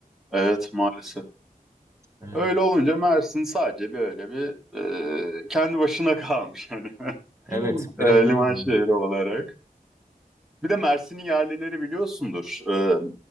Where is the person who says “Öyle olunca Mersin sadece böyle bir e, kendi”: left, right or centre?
Centre